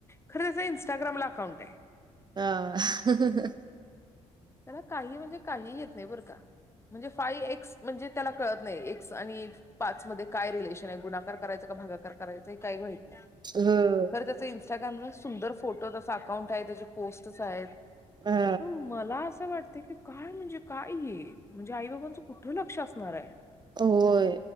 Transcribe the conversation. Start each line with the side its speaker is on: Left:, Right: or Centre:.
Left: खरं त्याचं इंस्टाग्राम ला अकाउंट आहे.
Right: हा
Left: त्याला काही म्हणजे काही येत नाही बरं का म्हणजे फाईव्ह एक्स म्हणजे त्याला कळत नाही एक्स आणि एक्स पाच मध्ये काय रिलेशन आहे गुणाकार करायचा का भागाकार करायचा हे काही माहित नाही
Right: हम्
Left: खरं त्याचं इंस्टाग्रामला सुंदर फोटो आहेत अस अकाउंट आहे त्याची पोस्ट्स आहेत
Right: हा,
Left: पण मला अ असं वाटतंय की काय म्हणजे काय हे म्हणजे आई बाबांचं कुठं लक्ष असणार आहे.
Right: होय,